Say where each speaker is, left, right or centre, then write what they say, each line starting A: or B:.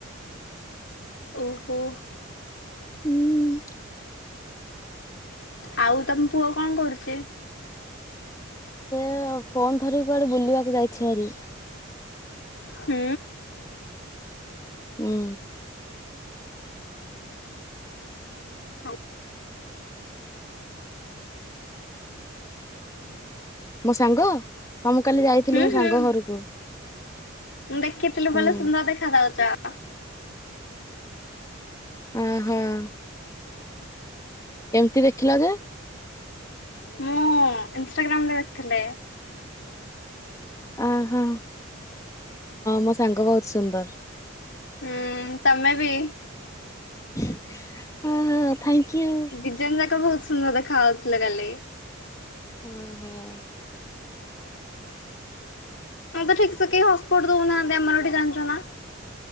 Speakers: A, on the left; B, on the left.
A: ଓହୋ।
B: ହୁଁ।
A: ଆଉ ତମ ପୁଅ କଣ କରୁଛି।
B: ସେ ଫୋନ ଧରିକି କୁଆଡେ ବୁଲିବାକୁ ଯାଇଛି ଆରି।
A: ହୁଁ।
B: ହୁଁ।
A: <inaudible>
B: ମୋ ସାଙ୍ଗ। ହଁ ମୁଁ କାଲି ଯାଇଥିଲି
A: ହୁଁ
B: ମୋ ସାଙ୍ଗ
A: ହୁଁ
B: ଘରକୁ
A: ମୁଁ ଦେଖିଥିଲି ଭଲ
B: ହୁଁ।
A: ସୁନ୍ଦର ଦେଖା ଯାଉଛ
B: ହୁଁ, ହୁଁ। କେମିତି ଦେଖିଲ ଯେ
A: ମୁଁ ଇନଷ୍ଟାଗ୍ରାମ୍ ରେ ଦେଖିଥିଲି।
B: ଅ ହଁ ମୋ ସାଙ୍ଗ ବହୁତ ସୁନ୍ଦର।
A: ହୁଁ, ତମେ ବି।
B: ହଁ ହଁ ଥ୍ୟାଙ୍କ ୟୁ।
A: ଦି ଜଣ ଯାକ ବହୁତ ସୁନ୍ଦର ଦେଖା ହାଉଥିଲ କାଲି।
B: ହଁ ହଁ।
A: ମତେ ଠିକ୍ ସେ କେହି ହଟସ୍ପଟ୍ ଦଉ ନାହାନ୍ତି ଆମର ଏଠି ଜାଣିଛ ନା।